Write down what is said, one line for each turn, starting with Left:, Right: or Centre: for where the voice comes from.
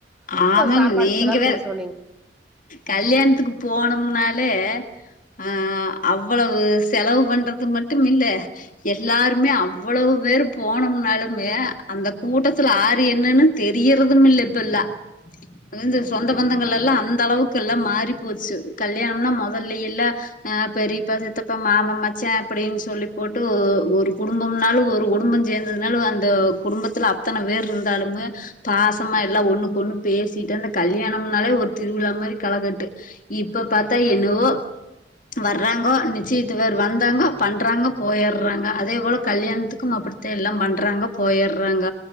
Left: ஆமாங்க
Centre: சாப்பாட்டு
Left: நீங்க
Centre: செலவு
Left: வேற
Centre: சொன்னீங்க
Left: கல்யாணத்துக்கு போனம்னாலே ஆ அவ்வளவு செலவு பண்றது மட்டும் இல்ல எல்லாருமே அவ்வளவு பேரு போனோம்னாலுமே அந்த கூட்டத்துல ஆரு என்னன்னு தெரியறதும் இல்ல இப்பல்லா அங்க இருந்து சொந்த பந்தங்கள் எல்லா அந்த அளவுக்கு எல்லா மாறி போச்சு கல்யாணம்னா மொதல்ல எல்லா ஆ பெரியப்பா சித்தப்பா மாமா மச்சா அப்படின்னு சொல்லி போட்டு ஒரு குடும்பம்னாலு ஒரு குடும்பஞ் சேந்ததுனாலு அந்த குடும்பத்துல அத்தன பேரு இருந்தாலுமே பாசமா எல்லா ஒண்ணுக்கு ஒண்ணு பேசிட்டனா கல்யாணம்னாலே ஒரு திருவிழா மாரி களகட்டு இப்ப பாத்தா என்னவோ வர்றாங்கோ நிச்சியத்துவேர் வந்தாங்கோ பண்றாங்கோ போயிறாங்க அதே போல கல்யாணத்துக்கும் அப்பிடித்தே எல்லா பண்றாங்க போயிறாங்க